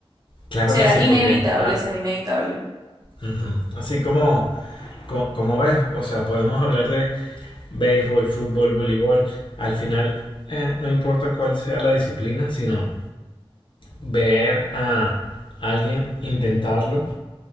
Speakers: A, on the left; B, on the right.
A: Claro
B: Será
A: que sí, porque
B: inevitable,
A: ah,
B: será inevitable.
A: ujú. así como co- como ves, o sea, podemos hablar de béisbol, fútbol, voleibol. Al final, eh, no importa cuál sea la disciplina, sino ver a alguien intentarlo,